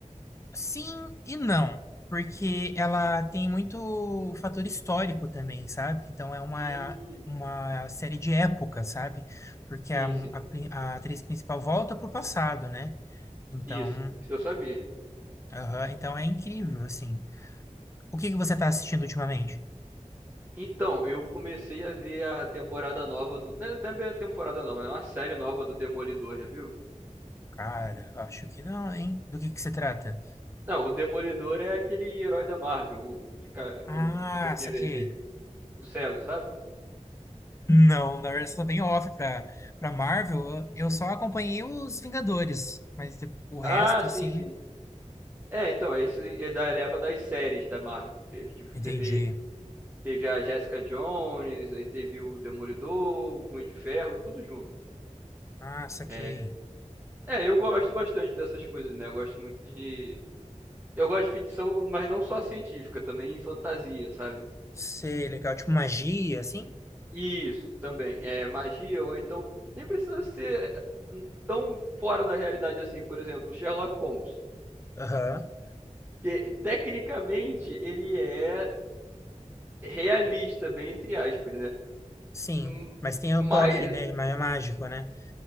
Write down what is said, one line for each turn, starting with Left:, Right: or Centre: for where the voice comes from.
Left: sim e não. Porque ela tem muito fator histórico também, sabe? Então é uma,
Right: Hum,
Left: uma série de época, sabe? Porque
Right: sim,
Left: a,
Right: sim.
Left: a, pri- a atriz principal volta pro passado, né? Então,
Right: Isso. Isso eu sabia.
Left: aham, então é incrível, assim. O que que você tá assistindo ultimamente?
Right: Então, eu comecei a ver a temporada nova do. Não não é bem a temporada nova, né? Uma série nova do Demolidor, já viu?
Left: Cara, acho que não, hein? Do que que se trata?
Right: Não, o Demolidor é aquele herói da Marvel, o de, ca-
Left: Ah,
Right: o de roupinha
Left: saquei.
Right: vermelha, o cego, sabe?
Left: Não, na verdade, eu sou bem off pra, pra Marvel. Eu só acompanhei os Vingadores, mas de- o resto,
Right: Ah, sim,
Left: assim,
Right: sim. É, então, esse é da leva das séries da Marvel. que Teve, tipo,
Left: entendi.
Right: teve, teve a Jessica Jones, aí teve o Demolidor, o Punho de Ferro, tudo junto.
Left: Ah, saquei.
Right: É, é, eu gosto bastante dessas coisas, né? Eu gosto muito de. Eu gosto de ficção, mas não só científica, também fantasia, sabe?
Left: Sei, legal. Tipo magia, assim?
Right: Isso, também. É magia, ou então. Nem precisa ser tão fora da realidade assim. Por exemplo, Sherlock Holmes.
Left: Aham,
Right: Que tecnicamente ele é realista, bem entre aspas, né?
Left: sim.
Right: Hum,
Left: Mas tem o
Right: Mas,
Left: toque, né? Mas é mágico, né?